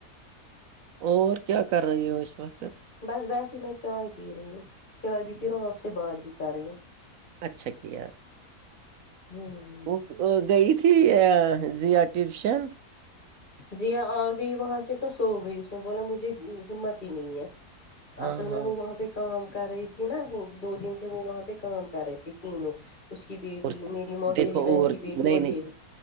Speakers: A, on the right (about 70°); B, on the left (about 30°).
A: اور کیا کر رہو ہو اس وقت
B: بس بیٹھی میں چائے پی رہی ہوں چائے بھی پی رہا ہوں آپ سے بات بھی کر رہی ہوں
A: اچھا کیا
B: ہوں
A: وہ وہ گئی تھی زیا ٹیوشن
B: زیا آ گئی وہاں سے تو سو گئی اس نے بولا مجھے ہمت ہی نہیں ہے
A: ہاں
B: اصل میں
A: ہاں
B: وہاں پہ کام کر رہی تھی نا وہ دو دن سے وہ وہاں پہ کام کر رہے تھے تینوں اس کی بیٹی
A: اور
B: میری موسری
A: دیکھو
B: بہن
A: اور
B: کی بیٹی
A: نہیں
B: اور
A: نہیں
B: یہ بھی